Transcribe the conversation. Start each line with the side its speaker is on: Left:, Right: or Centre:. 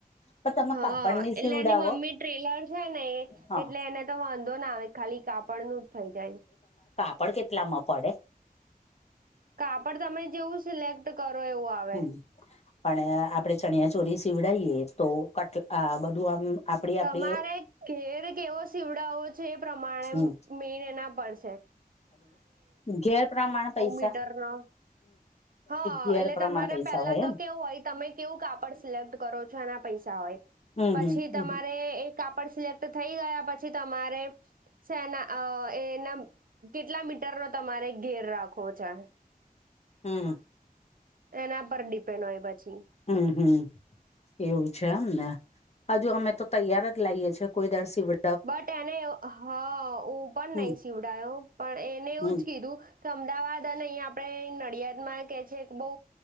Left: પણ તમે
Right: હા
Left: કાપડની
Right: એટલે
Left: સીવડાવો
Right: એની મમ્મી ટ્રેલર છે ને એ
Left: હા
Right: એટલે એને તો વાંધો ના આવે ખાલી કાપડનું જ થઈ જાય.
Left: પણ કેટલામાં પડે?
Right: કાપડ તમે જેવું સિલેક્ટ કરો એવું આવે.
Left: હમ પણ આપણે ચણિયા ચોરી સીવડાયએ તો કટ આ બધું આમ આપડી આપડી
Right: તમારે ઘેર કેવો સીવડાવો છે એ પ્રમાણે
Left: હમ
Right: મેળના પડશે.
Left: ઘેર પ્રમાણ પૈસા.
Right: મીટરનો હા
Left: ઘેર
Right: એટલે
Left: પ્રમાણ
Right: તમારે
Left: પૈસા
Right: પેલા
Left: હોય
Right: તો
Left: એમ
Right: કેવું હોય તમે કેવું કાપડ સિલેક્ટ કરો છો એના પૈસા હોય.
Left: હમ
Right: પછી
Left: હમ હમ
Right: તમારે એ કાપડ સિલેક્ટ થઈ ગયા પછી તમારે છે ન અ એના કેટલા મીટરનો તમારે ઘેર રાખવો છે.
Left: હમ્મ.
Right: એના પર ડિપેન્ડ હોય પછી.
Left: હમ્મ હમ્મ. એવું છે એમને હજુ અમે તો તૈયાર જ લાઈએ છીએ કોઈ દાડ સિવડ
Right: બટ એને હ હું પણ
Left: હમ
Right: નહી સીવડાયો પણ એને એવું
Left: હમ
Right: જ કીધું. અમદાવાદ અને અહીંયા આપણે નડિયાદમાં કે છે કે બુ